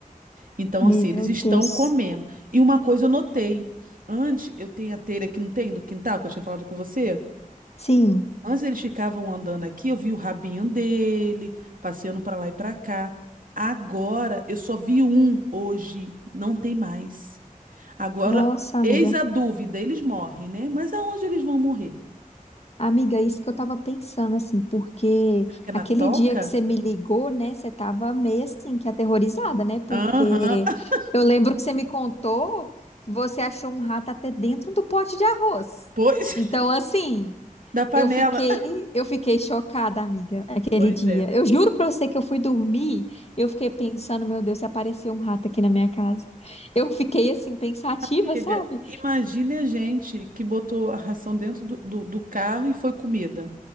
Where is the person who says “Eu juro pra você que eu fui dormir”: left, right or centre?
Left